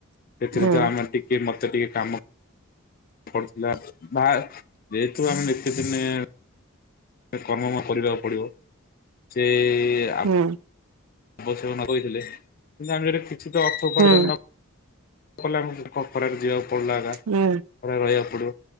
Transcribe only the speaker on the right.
ହୁଁ
ହୁଁ।
ହୁଁ
ହୁଁ